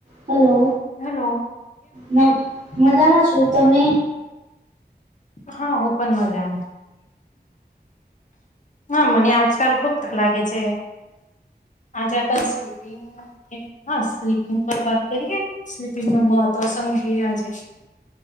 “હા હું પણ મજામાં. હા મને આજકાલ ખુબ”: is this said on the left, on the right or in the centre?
Left